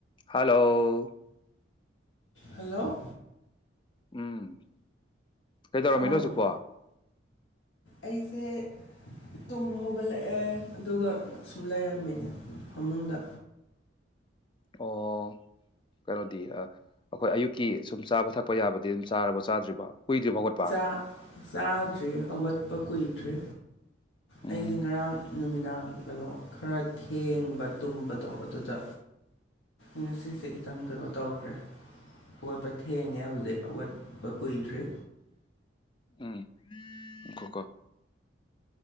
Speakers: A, on the left; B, on the left.
A: hello
B: hello
A: ꯎꯝ ꯀꯩꯗꯧꯔꯝꯃꯤꯅꯣ
B: ꯑꯧ
A: ꯍꯧꯖꯤꯛꯄꯨ
B: ꯑꯩꯁꯦ ꯇꯨꯝꯕ ꯍꯧꯒꯠꯂꯛꯑꯦ ꯑꯗꯨꯒ ꯁꯨꯝ ꯂꯩꯔꯝꯃꯤꯅꯦ ꯐꯃꯨꯡꯗ
A: ꯑꯣ ꯀꯩꯅꯣꯗꯤ ꯑꯩꯈꯣꯏ ꯑꯌꯨꯛꯀꯤ ꯁꯨꯝ ꯆꯥꯕ ꯊꯛꯄ ꯌꯥꯕꯗꯤ ꯑꯗꯨꯝ ꯆꯥꯔꯕꫭ ꯆꯥꯗ꯭ꯔꯤꯕꫭ ꯀꯨꯏꯗ꯭ꯔꯤꯕꫭ ꯍꯥꯎꯒꯠꯄ
B: ꯑꯥ ꯆꯥꯗ꯭ꯔꯤ ꯍꯧꯒꯠꯄ ꯀꯨꯏꯗꯔꯤ
A: ꯎꯝ
B: ꯑꯩꯁꯨ ꯉꯔꯥꯡ ꯅꯨꯃꯤꯗꯥꯡ ꯀꯩꯅꯣ ꯈꯔ ꯊꯦꯡꯕ ꯇꯨꯝꯕꯗꯣ ꯑꯗꯨꯗ ꯉꯁꯤꯁꯦ ꯈꯤꯇꯪ ꯀꯩꯅꯣ ꯇꯧꯈ꯭ꯔꯦ ꯍꯧꯒꯠꯄ ꯊꯦꯡꯉꯦ ꯍꯧꯖꯤꯛ ꯍꯧꯒꯠꯄ ꯀꯨꯏꯗ꯭ꯔꯤ
A: ꯎꯝ ꯉꯥꯏꯈꯣꯀꯣ